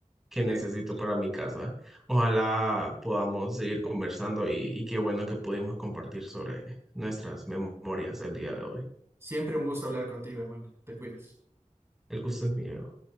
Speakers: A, in the centre; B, on the right.
A: que necesito
B: Él.
A: para mi casa. Ojalá podamos seguir conversando y, y qué bueno que pudimos compartir sobre nuestras memorias el día de hoy.
B: Siempre un gusto hablar contigo, hermano. Te cuidas.
A: El gusto es mío.